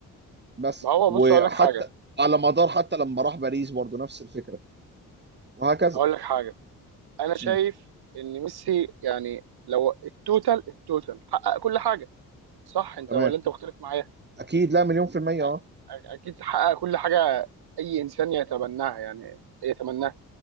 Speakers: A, on the right; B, on the right.
A: بس
B: ما هو
A: وحتى
B: بص اقول لك حاجه
A: على مدار حتى لما راح باريس برضه نفس الفكره وهكذا
B: اقول لك حاجه انا شايف
A: مم.
B: ان ميسي يعني لو التوتال التوتال حقق كل حاجه صح انت
A: تمام
B: ولا انت مختلف معايا
A: اكيد لا مليون في الميه
B: أ-
A: اه
B: اكيد حقق كل حاجه اي انسان يتبناها يعني يتمناها